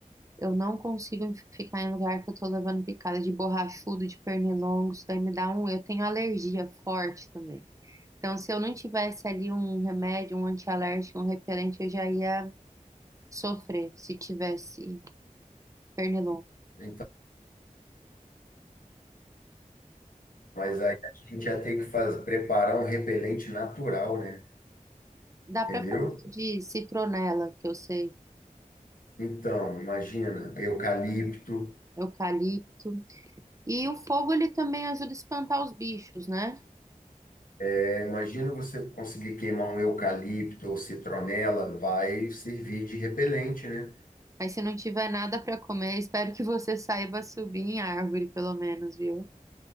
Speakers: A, on the right; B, on the left.
A: Eu não consigo fi- ficar em lugar que eu tô levando picada de borrachudo, de pernilongo, isso daí me dá um. Eu tenho alergia forte também. Então, se eu não tivesse ali um remédio, um antialérgico, um repelente, eu já ia sofrer se tivesse pernilongo.
B: Então, mas aí a gente ia ter que faz... preparar um repelente natural, né?
A: Dá pra
B: Entendeu?
A: fazer de citronela, que eu sei,
B: Então, imagina, eucalipto.
A: eucalipto. E o fogo ele também ajuda a espantar os bichos, né?
B: É, imagina você conseguir queimar um eucalipto ou citronela, vai servir de repelente, né?
A: Mas se não tiver nada para comer, espero que você saiba subir em árvore, pelo menos, viu?